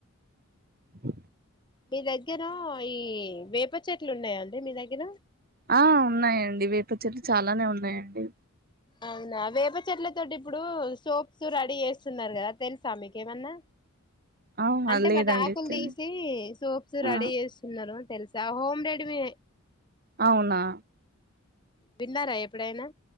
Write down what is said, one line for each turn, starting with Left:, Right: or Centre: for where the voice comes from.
Right: అ
Left: మీ దగ్గరా ఈ వేప చెట్లు ఉన్నాయా అండి మీ దగ్గర
Right: ఆ ఉన్నాయండి వేప చెట్లు చాలానే ఉన్నాయండి
Left: అవునా వేప చెట్లతోటి ఇప్పుడు సోప్స్ రెడీ చేస్తున్నారు కదా తెలుసా మీకేమన్నా
Right: ఆహా
Left: అంటే
Right: లేదండి
Left: వాటి ఆకులు
Right: తిన్
Left: తీసి సోప్స్ రెడీ
Right: ఆ
Left: చేస్తున్నారు తెలుసా హోమ్ రెడిమి
Right: అవునా
Left: విన్నారా ఎప్పుడైనా